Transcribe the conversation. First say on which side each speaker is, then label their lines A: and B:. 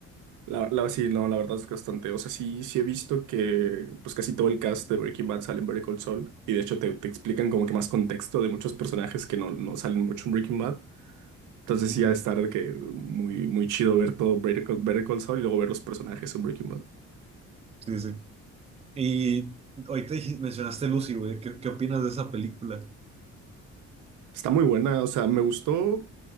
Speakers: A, on the right; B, on the right.
A: La, la, sí, no, la verdad es bastante. O sea, sí, sí he visto que pues casi todo el cast de Breaking Bad sale en Better Call Saul. Y de hecho te, te explican como que más contexto de muchos personajes que no, no salen mucho en Breaking Bad. Entonces
B: Ujú.
A: sí ha de estar de que muy, muy chido ver todo Better Call, Better Call Saul y luego ver los personajes en Breaking Bad.
B: Sí, sí. Y ahorita dij- mencionaste Lucy, güey, ¿qué, qué opinas de esa película?
A: Está muy buena, o sea, me gustó